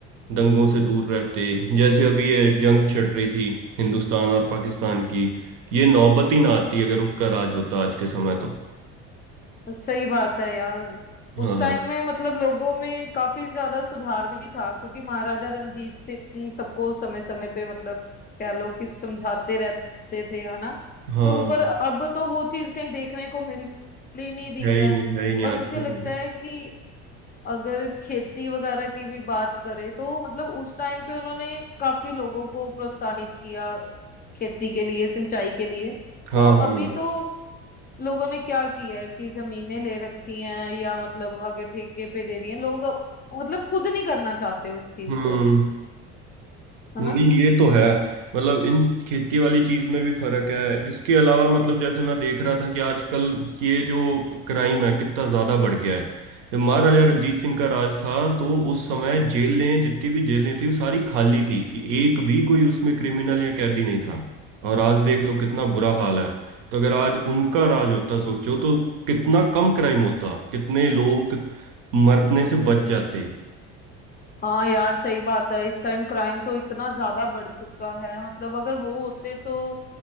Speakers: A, on the right; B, on the left.
A: दंगों से दूर रहते जैसे अभी ये जंग छिड़ रही थी हिंदुस्तान और पाकिस्तान की ये नौबत ही ना आती अगर उनका राज होता आज के समय तो
B: सही बात है यार उस
A: हाँ
B: टाइम में मतलब लोगों में काफी ज्यादा सुधार भी था क्योंकि महाराजा रणजीत सिंह सबको समय समय पे मतलब कह लो कि समझाते रहते थे है ना
A: हाँ
B: तो पर अब तो वो चीज कहीं देखने को मिल ही नहीं रही
A: है
B: है
A: ही नहीं है ही नहीं
B: और
A: आज
B: मुझे
A: के
B: लगता
A: समय
B: है कि अगर खेती वगैरह की भी बात करें तो मतलब उस टाइम पे उन्होंने काफी लोगों को प्रोत्साहित किया खेती के लिए सिंचाई के लिए
A: हाँ
B: तो
A: हाँ
B: अभी तो लोगों ने क्या किया है कि जमीनें ले रखी हैं या मतलब आगे ठेके पे दे रही हैं लोग अब- मतलब खुद नहीं करना चाहते उस चीज
A: हम्म
B: को है
A: नहीं
B: ना
A: ये तो है मतलब इन खेती वाली चीज में भी फर्क है इसके अलावा मतलब जैसे मैं देख रहा था कि आजकल कि ये जो क्राइम है कितना ज्यादा बढ़ गया है जब महाराजा रंजीत सिंह का राज था तो उस समय जेलें जितनी भी जेलें थी वो सारी खाली थी कि एक भी कोई उसमें क्रिमिनल या कैदी नहीं था और आज देख लो कितना बुरा हाल है तो अगर आज उनका राज होता सोचो तो कितना कम क्राइम होता कितने लोग मरने से बच जाते
B: हाँ यार सही बात है इस टाइम क्राइम तो इतना ज्यादा बढ़ चुका है मतलब अगर वो होते तो